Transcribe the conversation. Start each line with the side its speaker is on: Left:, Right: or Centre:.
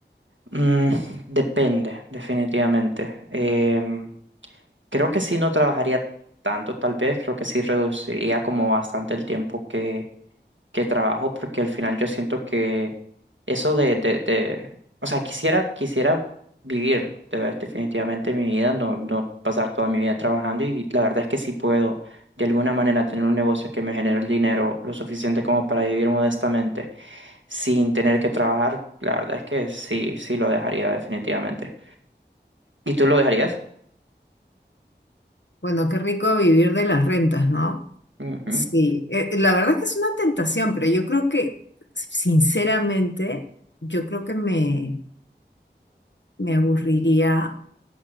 Right: Mm, depende, definitivamente. Em, Creo que sí no trabajaría tanto, tal vez, creo que sí reduciría como bastante el tiempo que, que trabajo, porque al final yo siento que eso de, de, de, o sea, quisiera, quisiera vivir de ver- definitivamente mi vida, no, no pasar toda mi vida trabajando y la verdad es que sí puedo de alguna manera tener un negocio que me genere el dinero lo suficiente como para vivir modestamente sin tener que trabajar, la verdad es que sí, sí lo dejaría definitivamente. ¿Y tú lo dejarías?
Left: Bueno, qué rico vivir de las rentas, ¿no?
Right: Ujú.
Left: Sí, eh, la verdad es que es una tentación, pero yo creo que, sinceramente, yo creo que me, me aburriría